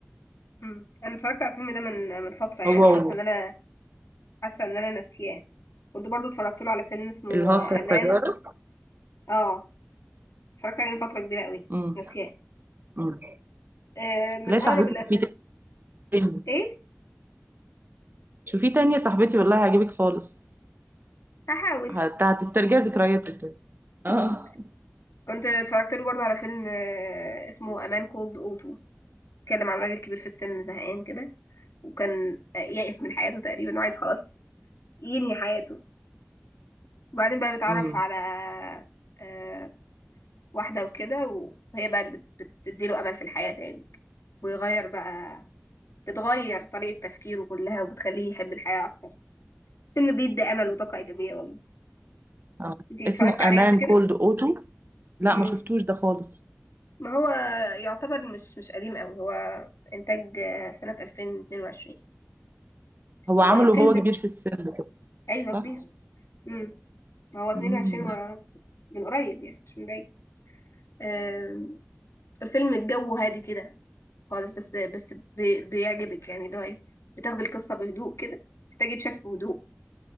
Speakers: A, on the left; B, on the right.
A: مم. انا اتفرجت على الفيلم ده من من فتره يعني
B: هو
A: حاسه
B: و-
A: ان انا حاسه ان انا ناسياه كنت برضو اتفرجت له على فيلم اسمه
B: اللي هو بتاع
A: امان
B: الطيارة
A: اه اتفرجت عليه من فتره كبيره قوي
B: امم
A: ناسياه
B: امم
A: آه من
B: لا يا
A: اقرب
B: صاحبتي
A: الافلام
B: شوفي تاني
A: ايه
B: شوفي تاني يا صاحبتي والله هيعجبك خالص
A: هحاول
B: هت- هتسترجعي ذكرياتك كده اه
A: مم. كنت اتفرجت له برضو على فيلم آه اسمه امان كولد اوتو اتكلم عن راجل كبير في السن زهقان كده وكان آه، يائس من حياته تقريبا وعايز خلاص ينهي حياته وبعدين بقى بيتعرف
B: امم
A: على آه واحده وكده وهي بقى اللي بت- بتديله امل في الحياه تاني ويغير بقى بتغير طريقة تفكيره كلها وبتخليه يحب الحياة أكتر فيلم بيدي أمل وطاقة إيجابية والله
B: اه
A: انتي اتفرجتي
B: اسمه
A: عليه
B: امان
A: قبل كده؟
B: كولد اوتو لا
A: مم.
B: ما شفتوش ده خالص
A: ما هو يعتبر مش مش قديم قوي هو إنتاج آه، سنة 2022
B: هو عامله
A: هو الفيلم
B: وهو كبير في السن كده
A: أيوه كبير
B: صح
A: مم. ما هو 22
B: امم
A: و... من قريب يعني مش من بعيد آم، الفيلم الجو هادي كده خالص بس بس بي... بيعجبك يعني اللي هو إيه، بتاخدي القصة بهدوء كده محتاج يتشاف بهدوء